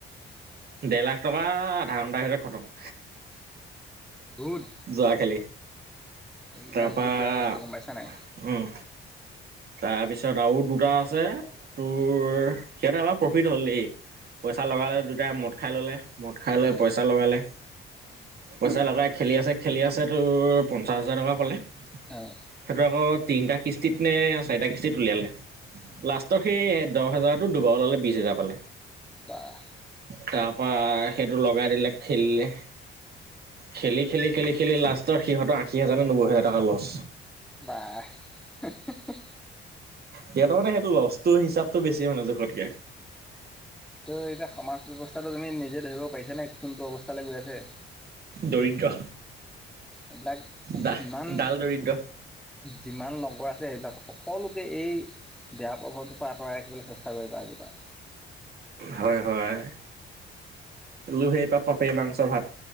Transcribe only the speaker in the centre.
উম
বহুত
এইবিলাক
বহুত
বেয়া বস্তু গম পাইছা নাই
উম
উম
উম।
অঁ।
উম
বাহ।
ৱাহ হে, হে
তোৰ এতিয়া সমাজ ব্যৱস্থাটো তুমি নিজে ধৰিব পাৰিছানে, কোনটো অৱস্থালৈ গৈ আছে?
এইবিলাক
ইমান
যিমান লগৰ আছে, সেইবিলাক সকলোকে এই বেয়া প্ৰভাৱটোৰ পৰা আঁতৰাই ৰাখিবলৈ চেষ্টা কৰিবা আজিৰ পৰা।